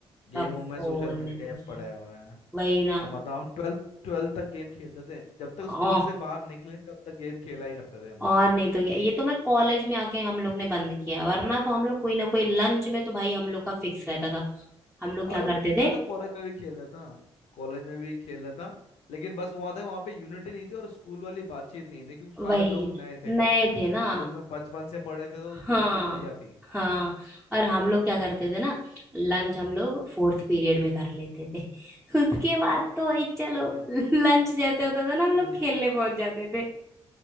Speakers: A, on the left (about 80°); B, in the centre.
A: गेमों
B: सब
A: में
B: फोन
A: सोशल मीडिया
B: में घुसे
A: पे पड़े हुए हैं
B: वही ना
A: अब बताओ हम ट्वेल्थ ट्वेल्थ तक गेम खेलते थे जब तक
B: ओ,
A: स्कूल से बाहर निकले तब तक गेम खेला ही करते थे हम तो
B: और नहीं तो क्या ये तो मैं कॉलेज में आके हम लोग ने बंद किया वरना तो हम लोग कोई ना
A: वो
B: कोई
A: है
B: लंच में तो भाई हम लोग का फिक्स रहता था हम लोग
A: और
B: क्या करते
A: मैं
B: थे
A: तो कॉलेज में भी खेला था कॉलेज में भी खेला था लेकिन बस वो आता है वहाँ पे यूनिटी नहीं थी और स्कूल वाली बातचीत नहीं थी क्योंकि सारे
B: वही
A: लोग नए थे
B: नए थे ना
A: स्कूल में बचपन से पढ़े थे तो
B: हाँ
A: दोस्ती बढ़िया थी
B: हाँ और हम लोग क्या करते थे ना लंच हम लोग फोर्थ पीरियड में कर लेते थे <laughs> उसके बाद तो वही चलो
A: और
B: लंच जैसे होता था ना हम लोग
A: मुझे
B: खेलने पहुंच जाते थे